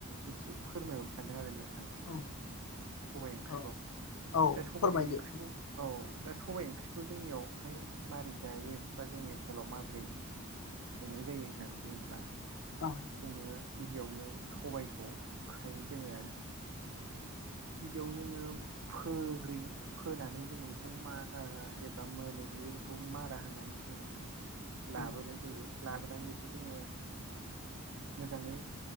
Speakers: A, on the right (about 70°); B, on the left (about 85°).
A: एसे फोरमायहरनो सानदों आरो नोंथांनो
B: औ
A: सबायाइ ओंख्रिखौ
B: औ औ
A: दा सबाय
B: फोरमायदो
A: ओंख्रिखौ औ दा सबाइ ओंख्रिखौ जोंनियावहाय माबोरै जायो बा जोंनि ओनसोलाव माबोरै संनाय जायो होननानै बुङोब्ला
B: औ
A: जोङो गिबियावनो सबायखौ आखाइ जोङो गिबियाव जोङो फोग्रि फोनानै जोङो बेखौ मा जेब्ला मोनो बेयो बेखौ मारा होनानै जोेबा
B: नोंथां
A: लाबोनाय जायो लाबोनानै बेखौ जोङो मोजाङै